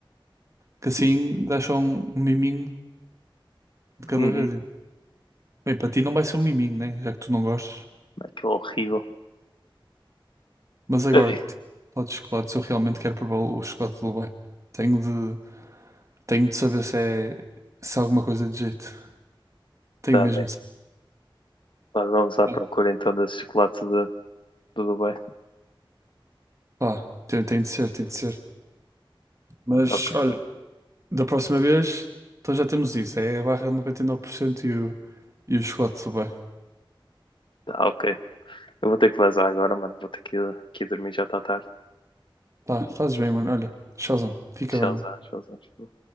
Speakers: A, on the right (about 35°); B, on the left (about 65°).
A: Que assim deixa um, um miminho de cada
B: Uhum.
A: vez. Bem, para ti não vai ser um miminho, né? Já que tu não gostas.
B: Aquilo é horrível.
A: Mas agora
B: Ai,
A: que tipo, falo de chocolates, eu realmente quero provar o o chocolate de Dubai. Tenho de, tenho de saber se é, se é alguma coisa de jeito. Tenho
B: tá
A: mesmo
B: bem.
A: de saber.
B: Lá vamos à
A: Ah,
B: procura então desse chocolate de, do Dubai.
A: Pá, tem, tem de ser, tem de ser. Mas
B: Ok,
A: olha, da próxima vez, então já temos isso. É a barra de 99% e nove por cento e o, e o chocolate de Dubai.
B: tá ok. Eu vou ter que vazar agora, mano. Vou ter que ir, que ir dormir, já está tarde.
A: Tá, fazes bem, mano. Olha, tchauzão. Fica
B: Tchauzão,
A: bem, mano.
B: tchauzão, tchauzão.